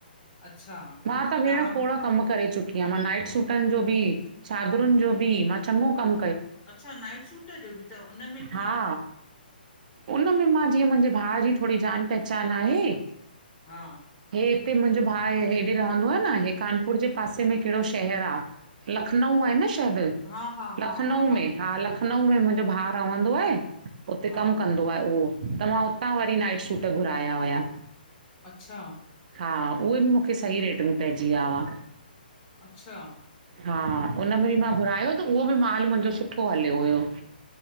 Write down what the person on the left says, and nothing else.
अच्छा
तव्हां
अच्छा नाइट सूट जो बि त हुन में
हा
हा हा हा
हा
हा
अच्छा
अच्छा